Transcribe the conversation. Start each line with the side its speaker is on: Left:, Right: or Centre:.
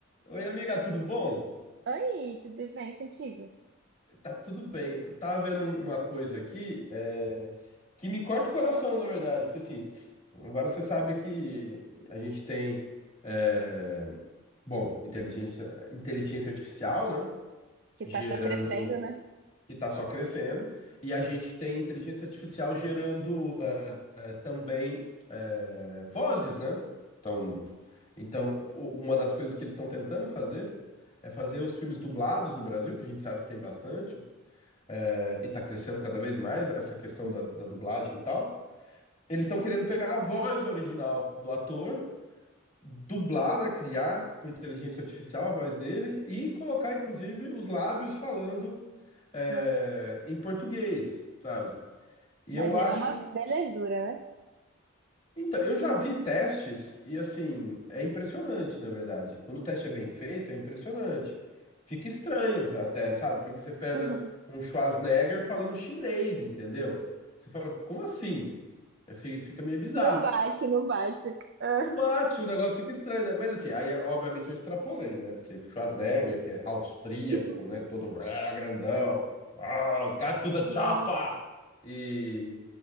Left: Oi, amiga, tudo bom?
Right: Oi, tudo bem contigo?
Left: Tá tudo bem. Eu tava vendo um- uma coisa aqui é, que me corta o coração, na verdade, porque assim, agora você sabe que a gente tem, é, bom, inteligência, inteligência artificial, né?
Right: Que
Left: Gerando.
Right: tá só crescendo, né?
Left: que está só crescendo, e a gente tem inteligência artificial gerando eh, eh, também eh, vozes, né? Então, então o- uma das coisas que eles estão tentando fazer é fazer os filmes dublados no Brasil, que a gente sabe que tem bastante, eh, e está crescendo cada vez mais essa questão
Right: Uhum.
Left: da, da dublagem e tal. Eles estão querendo pegar a voz original do ator, dublar, né, criar por inteligência artificial a voz dele e colocar, inclusive, os lábios falando é,
Right: Nossa.
Left: em português, sabe? E
Right: Vai
Left: eu
Right: virar
Left: acho.
Right: uma belezura, né?
Left: Então, eu já vi testes e assim, é impressionante, na verdade. Quando o teste é bem feito, é impressionante. Fica estranho até, sabe? Porque você pega
Right: Uhum.
Left: um Schwarzenegger falando chinês, entendeu? Você fala, como assim? É, fi- Fica meio bizarro.
Right: Não bate, não bate. Ah.
Left: Não bate, o negócio fica estranho, né? Mas assim, aí obviamente eu extrapolei, né? Porque Schwarzenegger, que é austríaco,
Right: <laughs>
Left: né? Todo ah, grandão, ah, got to the
Right: Gente.
Left: chopper! E,